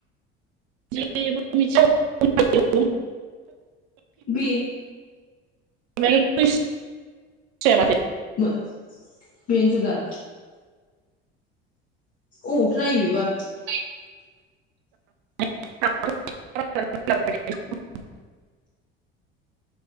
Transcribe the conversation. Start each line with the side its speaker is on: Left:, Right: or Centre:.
Right: <unintelligible>
Left: बे
Right: <unintelligible> जाया माथो।
Left: मो-बेनोथ दा। अबावथो नायो बेबा।
Right: <inaudible> <unintelligible>